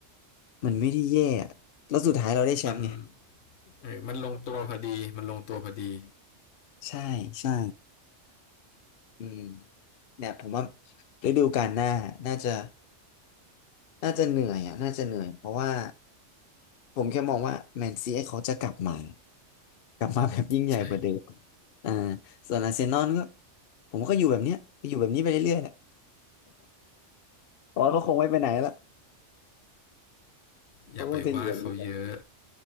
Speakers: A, on the left; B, on the left.
A: มันไม่ได้แย่อะแล้วสุดท้ายเราได้แชมป์ไง
B: มันเออมันลงตัวพอดี มันลงตัวพอดี
A: <laughs> ใช่ใช่อืมเนี่ยผมว่าฤดูกาลหน้าน่าจะน่าจะเหนื่อยอ่ะน่าจะเหนื่อยเพราะว่าผมแค่มองว่าแมนซีเขาจะกลับมา กลับมาแบบยิ่งใหญ่กว่าเดิม
B: ใช่
A: อ่าส่วนอาร์เซนอลก็ผมก็อยู่แบบเนี้ยก็อยู่แบบนี้ไปเรื่อยๆแหละเพราะว่าเขาคงไม่ไปไหนละเขาคงจะอยู่แบบนี้แหละ
B: อย่าไปว่าเขาเยอะ